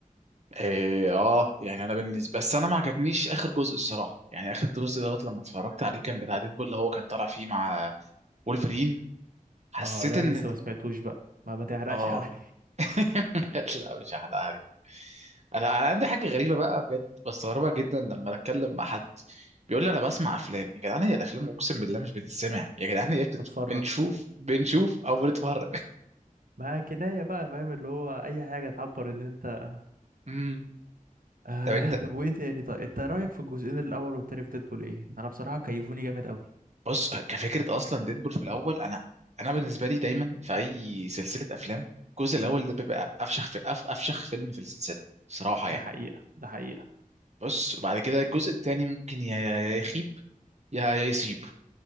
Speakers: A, on the right; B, on the right.
A: اه آه، يعني انا بالنسبه بس انا ما عجبنيش اخر جزء الصراحه يعني اخر جزء دوت لما اتفرجت عليه كان بتاع ديدبول اللي هو كان طالع فيه مع وولفرين حسيت
B: اه ده
A: ان
B: انا لسه ما سمعتوش بقى ما ما تحرقش
A: اه
B: عليا
A: <laughs> لا مش هحرقها لك انا أنا عندي حاجه غريبه بقى بجد بستغربها جدا لما اتكلم مع حد بيقول لي انا بسمع افلام يا جدعان هي الافلام اقسم بالله مش بتتسمع يا جدعان هي بتت...
B: <laughs> اتفرج
A: بنشوف بنشوف او بنتفرج
B: ما كناية بقى فاهم اللي هو اي حاجة تعبر ان انت
A: <laughs> امم
B: آه
A: طب انت
B: طب وايه تاني طيب انت رأيك في الجزئين الاول والتاني في ديدبول ايه انا بصراحة كيفوني جامد قوي
A: بص كفكره اصلا ديدبول في الاول انا انا بالنسبه لي دايما في اي سلسله افلام الجزء الاول ده بيبقى افشخ في أف... افشخ فيلم في السلسله صراحه يعني
B: ده حقيقة ده حقيقة
A: بص وبعد كده الجزء التاني ممكن يا يا يا يخيب يا يا يصيب